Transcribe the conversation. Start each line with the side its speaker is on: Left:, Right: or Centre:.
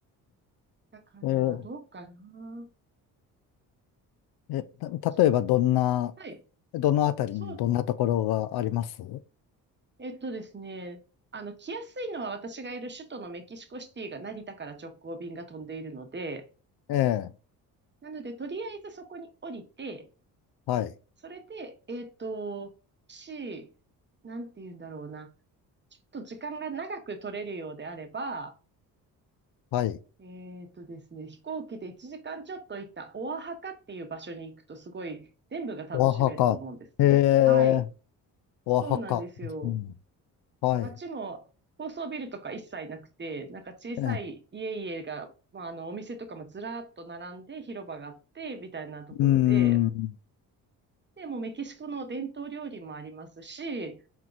Right: だから、
Left: えー
Right: どうかな。
Left: え、
Right: 楽しみ
Left: た例えばどんな、
Right: はい、
Left: どのあたりにどんなところがあります
Right: そうですね。えっとですね、あの、来やすいのは私がいる首都のメキシコシティが成田から直行便が飛んでいるので、
Left: ええ
Right: なので、とりあえずそこに降りて、
Left: はい。
Right: それで、えっと、し、なんて言うんだろうな。ちょっと時間が長く取れるようであれば、
Left: はい。
Right: えっとですね、飛行機で1時間ちょっと行ったオアハカっていう場所に行くとすごい全部が楽しめると思うんですね。
Left: オアハカ。ええ
Right: はい。
Left: オアハカ。
Right: そうなんですよ。
Left: うん、はい。
Right: 街も高層ビルとか一切なくて、なんか小さい家々が、
Left: ええ
Right: まあ、あの、お店とかもずらっと並んで広場があって、みたいなところで、
Left: うーん。
Right: で、もうメキシコの伝統料理もありますし、